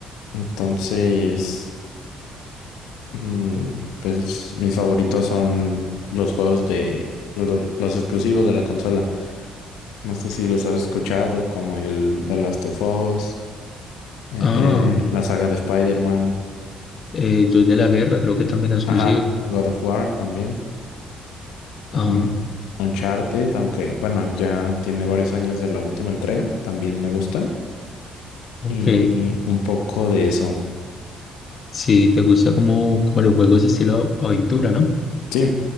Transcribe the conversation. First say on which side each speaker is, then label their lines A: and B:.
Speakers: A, on the left (about 70°); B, on the left (about 45°).
A: Entonces, Mm, Pues mis favoritos son los juegos de lo- los, exclusivos de la consola. No sé si los has escuchado, como el The Last of Us, eh,
B: Ah,
A: eh, la saga de Spider-Man,
B: eh, Dios de la Guerra, creo que también es exclusivo.
A: ajá, God of War también,
B: Ah,
A: am, Uncharted, aunque bueno, ya tiene varios años de la última entrega, también me gusta.
B: ok.
A: Y un poco de eso.
B: Sí, te gusta como, como los juegos estilo a- aventura, ¿no?
A: Sí,